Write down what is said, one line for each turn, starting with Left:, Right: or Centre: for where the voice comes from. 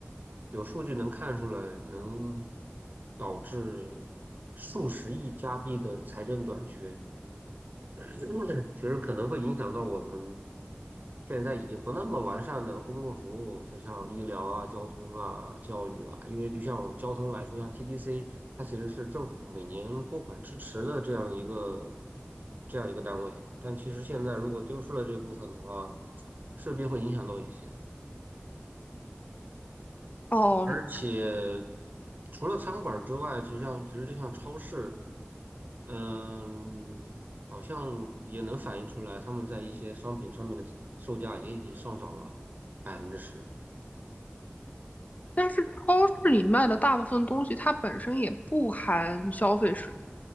Right: 有数据能看出来，能导致数十亿加币的财政短缺，<coughs> <clears throat> 其实可能会影响到我们现在已经不那么完善的公共服务，就像医疗啊、交通啊、教育啊，因为就像我们交通来说，像 TDC，它其实是政府每年拨款支持的这样一个这样一个单位，但其实现在如果丢失了这部分的话，势必会影响到一些。
Left: 哦，
Right: 而且除了餐馆儿之外，其实像其实就像超市，嗯，好像也能反映出来，他们在一些商品上面的售价也已经上涨了百分之十。
Left: 但是超市里卖的大部分东西，它本身也不含消费税，